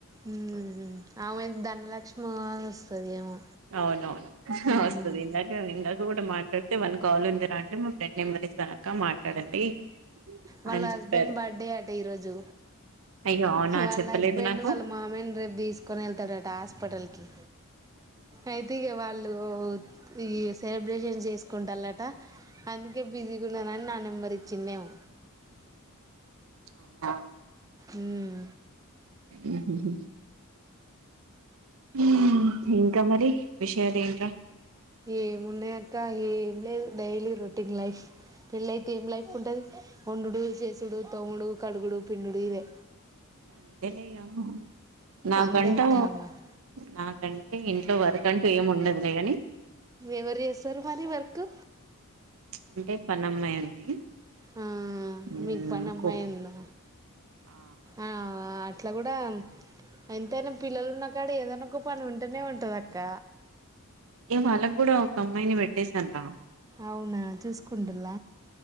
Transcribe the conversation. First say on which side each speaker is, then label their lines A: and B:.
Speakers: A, on the right; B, on the right.
A: ఉమ్ ఆమెది ధనలక్ష్మి వస్తది ఏమో
B: అవునవును
A: ఉమ్
B: వస్తది ఇందక ఇందక కూడా మాట్ వన్ కాల్ ఉందిరా అంటే మా ఫ్రెండ్ నెంబర్ ఇస్తానక్క మాట్లాడండి
A: వాళ్ళ
B: అని
A: హస్బెండ్
B: చెప్పారు
A: బర్త్డే అట ఈరోజు
B: అయ్యో అవునా
A: వాళ్ళ
B: చెప్పలేదు
A: హస్బెండ్
B: నాకు
A: వాళ్ళ మామయ్య నీ రేపు తీసుకొని వెళ్తాడట హాస్పిటల్ కి అయితే ఇగ వాళ్ళు ఈ సెలబ్రేషన్ చేసుకుంట లట అందుకే బిజీగా ఉన్నానని నా నెంబర్ ఇచ్చిందేమో
B: అవునా
A: ఉం
B: ఉహుహు ఉమ్ ఇంకా మరి విషయాలు ఏంట్రా
A: ఏమున్నాయి అక్క ఏం లేదు డైలీ రొటీన్ లైఫ్ పెళ్ళైతే ఏం లైఫ్ ఉంటది వొండుడు చేసుడు తోముడు కడుగుడు పిండుడు ఇవే
B: అంతేలే దినాము నాకంటూ
A: అందరు కామన్
B: నాకంటే ఇంట్లో వరకంటూ ఏమి ఉండదులే గని
A: ఎవరు జేస్తారు మరి వర్కు
B: అంటే <unintelligible>
A: ఆ
B: ఉమ్
A: మీకు పని అమ్మాయి
B: కుక్
A: ఉందా
B: ఆ
A: ఆ అట్ల గుడా ఎంతైనా పిల్లలు ఉన్న కాడ ఏదనా ఒక పని ఉంటేనే ఉంటదక్క
B: ఏ వాళ్ళకు కూడా ఒక అమ్మాయిని పెట్టేశాను రా
A: అవునా చూసుకుంటల్ల